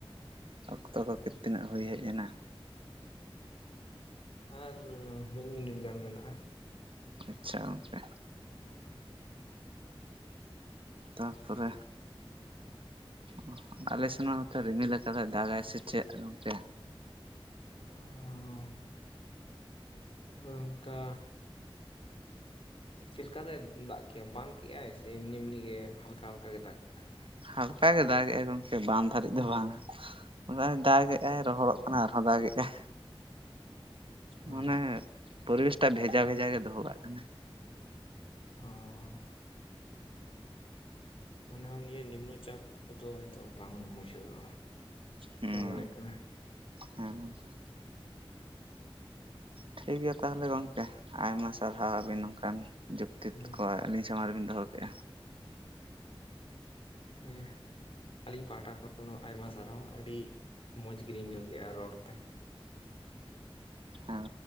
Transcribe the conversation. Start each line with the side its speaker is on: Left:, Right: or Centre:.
Right: ᱚᱠᱛᱚ ᱠᱚ ᱜᱤ ᱛᱤᱱᱟᱹᱜ ᱦᱩᱭ ᱦᱮᱡ ᱮᱱᱟ?
Left: ᱟᱨ ᱢᱤᱫ ᱢᱤᱱᱤᱴ ᱜᱟᱱ ᱢᱮᱱᱟᱜ-ᱟ᱾
Right: ᱟᱪᱪᱷᱟ ᱜᱚᱢᱠᱮ᱾
Left: <unintelligible>
Right: ᱛᱟᱯᱚᱨᱮ ᱚ ᱟᱞᱮ ᱥᱮᱱ ᱢᱟ ᱱᱚᱛᱮ ᱨᱤᱢᱤᱞ ᱟᱠᱟᱫᱟᱭ ᱫᱟᱜ-ᱟᱭ ᱥᱮ ᱪᱮᱫ ᱜᱚᱢᱠᱮ?
Left: ᱚᱻ ᱚᱱᱠᱟ᱾ ᱪᱮᱫ ᱞᱮᱠᱟ ᱫᱚᱭ ᱫᱟᱜ ᱠᱮᱫ-ᱟ ᱵᱟᱱ ᱠᱮᱫ ᱟᱭ ᱥᱮ ᱮᱢᱱᱤ ᱮᱢᱱᱤ ᱜᱮ ᱦᱟᱞᱠᱟ ᱦᱟᱞᱠᱟ ᱜᱮ ᱫᱟᱜ ᱠᱮᱫ ᱛᱟᱦᱮᱸᱜ?
Right: ᱦᱟᱞᱠᱟ ᱜᱮ ᱫᱟᱜ ᱮ ᱟᱭ ᱜᱚᱢᱠᱮ ᱵᱟᱱ ᱫᱷᱟᱹᱨᱤᱡ ᱫᱚ ᱵᱟᱝ-ᱟ᱾ ᱚᱱᱟ ᱫᱟᱜ ᱮᱫᱟᱭ ᱨᱚᱦᱚᱲᱚᱜ ᱠᱟᱱᱟ ᱟᱨᱦᱚᱸ ᱫᱟᱜ ᱮᱜ-ᱟᱭ᱾
Left: ᱚ
Right: ᱢᱟᱱᱮ ᱯᱚᱨᱤᱵᱮᱥᱴᱟᱜ ᱵᱷᱮᱡᱟ ᱵᱷᱮᱡᱟ ᱜᱮ ᱫᱚᱦᱚ ᱠᱟᱜ ᱠᱟᱱᱟᱭ᱾
Left: ᱚᱻ ᱢᱚᱱᱮ ᱦᱚᱸ ᱱᱤᱭᱟᱹ ᱱᱤᱢᱱᱚ ᱪᱟᱯ ᱠᱚᱫᱚ ᱦᱚᱭᱛᱚ ᱵᱟᱝ ᱢᱩᱪᱟᱹᱫᱚᱜ-ᱟ
Right: ᱦᱩᱸ
Left: ᱡᱟ ᱢᱚᱱᱮᱜ ᱠᱟᱱᱟ᱾
Right: ᱦᱮᱸ ᱜᱚᱢᱠᱮ᱾ ᱴᱷᱤᱠ ᱜᱮᱭᱟ ᱛᱟᱦᱚᱞᱮ ᱜᱚᱢᱠᱮ ᱟᱭᱢᱟ ᱥᱟᱨᱦᱟᱣ ᱟᱹᱵᱤᱱ ᱱᱚᱝᱠᱟᱱ ᱡᱩᱠᱛᱤ
Left: ᱦᱮᱸ
Right: ᱠᱚ ᱟᱹᱞᱤᱧ ᱥᱟᱢᱟᱝ ᱨᱮᱵᱮᱱ ᱫᱚᱦᱚ ᱠᱮᱫ-ᱟ᱾
Left: ᱦᱮᱸ ᱟᱹᱞᱤᱧ ᱯᱟᱦᱟᱴᱟ ᱠᱷᱚᱱ ᱦᱚᱸ ᱟᱭᱢᱟ ᱥᱟᱨᱦᱟᱣ ᱟᱹᱰᱤ ᱢᱚᱡᱽ ᱜᱮᱞᱤᱧ ᱵᱩᱡᱷᱟᱹᱣ ᱠᱮᱫ-ᱟ ᱨᱚᱲᱛᱮ᱾
Right: ᱦᱮᱸ